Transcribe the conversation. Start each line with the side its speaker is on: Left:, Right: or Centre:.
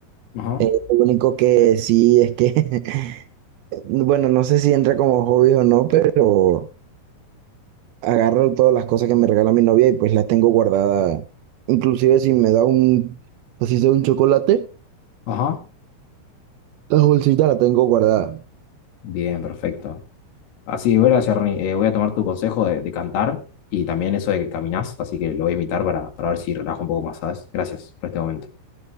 Left: Ajá.
Right: Eh, lo único que sí es que, <laughs> bueno, no sé si entra como hobby o no, pero agarro todas las cosas que me regala mi novia y pues las tengo guardadas. Inclusive si me da un, así sea un chocolate,
Left: Ajá.
Right: la bolsita la tengo guardada.
Left: Bien, perfecto. Así, voy a, hacer- eh, voy a tomar tu consejo de, de cantar y también eso de que caminás, así que lo voy a imitar para, para ver si relajo un poco más, ¿sabes? Gracias por este momento.